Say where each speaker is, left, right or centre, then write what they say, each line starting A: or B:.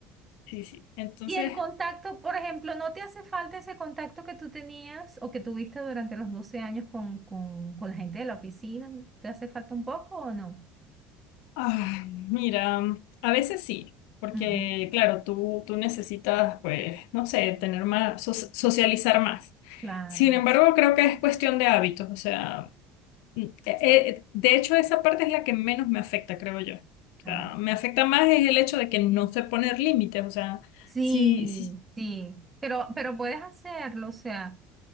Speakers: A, on the left; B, on the right.
A: Sí, sí. Entonces,
B: Y el contacto, por ejemplo, ¿no te hace falta ese contacto que tú tenías o que tuviste durante los 12 años con, con, con la gente de la oficina? ¿Te hace falta un poco o no?
A: ah, mira, a veces sí. Porque,
B: Ujú,
A: claro, tú, tú necesitas, pues, no sé, tener más, so- socializar más.
B: Claro.
A: Sin embargo, creo que es cuestión de hábitos. O sea, Mm, eh, eh, de hecho, esa parte es la que menos me afecta, creo yo. O
B: Ah,
A: sea,
B: ok.
A: me afecta más es el hecho de que no sé poner límites. O sea,
B: Sí,
A: sí, sí,
B: sí. Pero, pero puedes hacerlo, o sea.